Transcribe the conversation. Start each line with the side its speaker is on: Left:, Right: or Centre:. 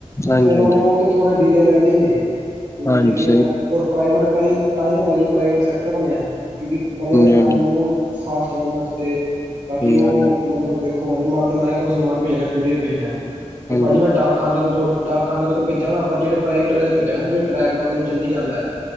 Left: ਹਾਂਜੀ
Right: ਫੇਰ
Left: ਹਾਂਜੀ
Right: ਉਹ ਤੇ ਥੋੜੇ ਡੀਲੇ ਰੇਂਦੇ ਈ ਨੇ, ਤੁਸੀਂ
Left: ਹਾਂਜੀ
Right: ਦੇਖਿਆ ਹੋਨਾ ਪ੍ਰਾਈਵੇਟ ਤਾਂ ਈ ਤਾ ਹੀ ਤੇ ਭਾਅ ਜੀ ਪ੍ਰਾਈਵੇਟ ਸੈਕਟਰ ਬਣਿਆ। ਕਿਉਂਕਿ ਬੰਦਿਆਂ ਦੇ ਕੰਮ
Left: ਹਾਂਜੀ
Right: ਨੂੰ ਫਾਸਟ ਕਰਨ ਵਾਸਤੇ ਤਾਂ ਕਿ
Left: ਸਹੀ
Right: ਉਹ
Left: ਗੱਲ ਹੈ ਹਾਂਜੀ ਹਾਂਜੀ ਸਹੀ ਗੱਲ ਹੈ
Right: ਮਤਲਬ ਦੇਖੋ ਮੰਨ ਲਓ ਮੈਂ ਕੋਈ ਸਮਾਨ ਭੇਜਨਾ ਕੋਰੀਅਰ ਭੇਜਨਾਏ ਤੇ
Left: ਹਾਂਜੀ
Right: ਭਾਜੀ ਮੈ ਡਾਕਖਾਨ ਤੋ ਜੋ ਡਾਕਖਾਨੇ ਤੋਂ ਤਾਂ ਭੇਜਾਂਗਾ ਪਰ ਜਿਹੜੇ ਪ੍ਰਾਈਵੇਟੇ ਲ ਭੇਜਾਂਗਾ। ਜਿਹੜ ਟਰੈਕ ਮੰਨ ਲੋ ਜਲਦੀ ਜਾਂਦਾ ਐ।